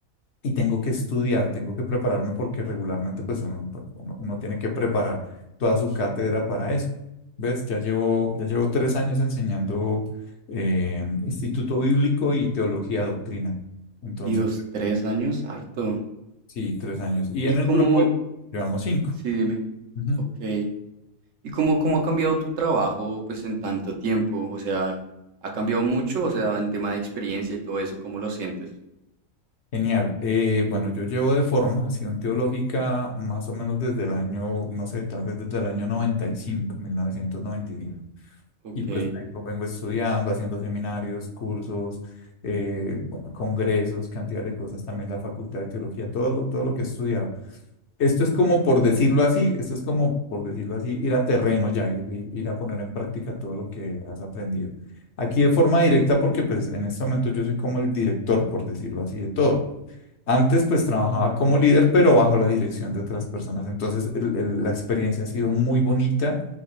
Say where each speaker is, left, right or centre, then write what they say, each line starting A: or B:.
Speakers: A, on the left; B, on the right.
A: y tengo que estudiar, tengo que prepararme porque regularmente pues uno, pues, uno, uno tiene que preparar toda su cátedra para eso. ¿Ves? Ya llevo, ya llevo tres años enseñando eh, Instituto Bíblico y Teología Doctrina. Entonces,
B: Dios, tres años, harto.
A: sí, tres años. Y
B: ¿Y
A: en el
B: cómo?
A: grupo llevamos cinco.
B: Sí, dime.
A: Ujú.
B: Ok. ¿Y cómo, cómo ha cambiado tu trabajo pues en tanto tiempo? O sea, ¿ha cambiado mucho? O sea, en tema de experiencia y todo eso, ¿cómo lo sientes?
A: Genial. Eh, bueno, yo llevo de formación teológica más o menos desde el año, no sé, tal vez desde el año noventa noventa y cinco mil novecientos noventa y cinco
B: Ok,
A: Y pues vengo, vengo estudiando, haciendo seminarios, cursos, eh, bueno, congresos, cantidad de cosas, también la Facultad de Teología, todo lo, todo lo que he estudiado. Esto es como por decirlo así, esto es como por decirlo así, ir a terreno ya, ir, ir- ir a poner en práctica todo lo que has aprendido. Aquí de forma directa, porque pues en este momento yo soy como el director, por decirlo así, de todo. Antes pues trabajaba como líder, pero bajo la dirección de otras personas. Entonces el- el- la experiencia ha sido muy bonita,